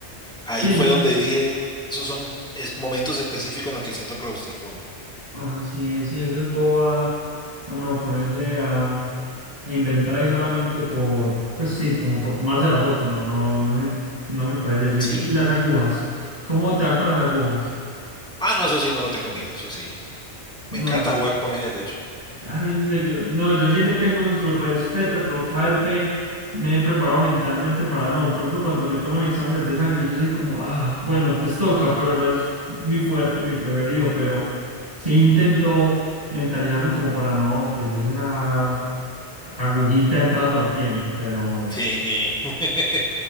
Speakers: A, in the centre; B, on the right (about 35°).
A: Ahí
B: Sí, eso
A: fue
B: es,
A: donde dije, esos son es momentos específicos en los que siento claustrofobia.
B: ah, sí, sí, eso es boba. Uno ponerse a, a inventar ahí solamente por, pues sí, como por tomarse la foto. No, no, no, sé, no me parece eso. Y,
A: Sí.
B: y las agujas. ¿Cómo te va con las agujas?
A: Ah, no, eso sí, no lo tengo miedo, eso sí. Me
B: No.
A: encanta jugar con ellas, de hecho.
B: Ay, en serio, no, yo sí le tengo su respeto, pero cada vez me, me he preparado mentalmente para no. Por ejemplo, cuando me toman exámenes de sangre, yo soy como, ah, bueno, pues toca, pero no es mi fuerte, mi preferido, pero sí intento mentalizarme como para no, pues es una agujita entrando a la piel, pero bueno.
A: Sí. <laughs>